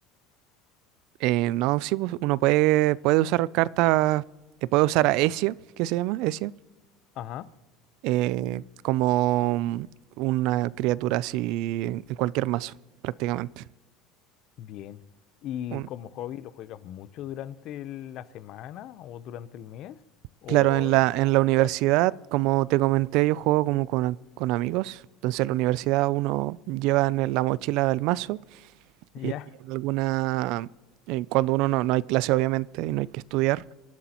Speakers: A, on the right (about 65°); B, on the left (about 50°).
A: eh, no, sí, pues, uno puede, puede usar cartas, eh, puede usar a Ezio, que se llama? Ezio
B: Ajá,
A: eh, como mm, una criatura así en en cualquier mazo, prácticamente.
B: bien. ¿Y
A: Un-
B: como hobby lo juegas mucho durante la semana o durante el mes? ¿O
A: claro, en la,
B: es
A: en la universidad,
B: casual? <laughs>
A: como te comenté, yo juego como con, con amigos. Entonces en la universidad uno lleva en la mochila del mazo
B: Ya,
A: y en alguna... eh, Cuando uno no, no hay clase, obviamente, y no hay que estudiar,